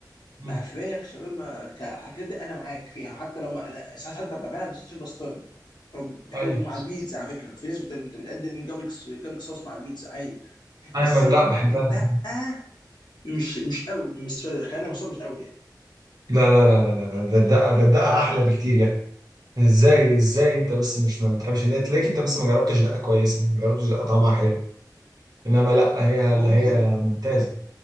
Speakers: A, on the right; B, on the left.
A: مم.
B: مع فراخ شاورما كأكلات دي أنا معاك فيها حتى لو ما... أنا ساعات حتى بعملها بالصوص بسطرمة أو
A: ايوه
B: أو مع البيتزا على فكرة في ناس بت... بت- بتقدم جولك جولك صوص مع بيتزا عادي
A: ايوه
B: بس
A: ما انا لا بحبها
B: الدقة مش مش قوي بالنسبة لي خلينا نوصل مش قوي يعني
A: لا لا لا لا لا لا، ده الدقه ده الدقه احلى بكتير يا اخي ازاي ازاي انت بس مش ما بتحبش ده تلاقيك انت بس ما جربتش دقه كويسه ما جربتش دقه طعمها حلو انما لا هي
B: ممكن
A: اللي هي ممتازه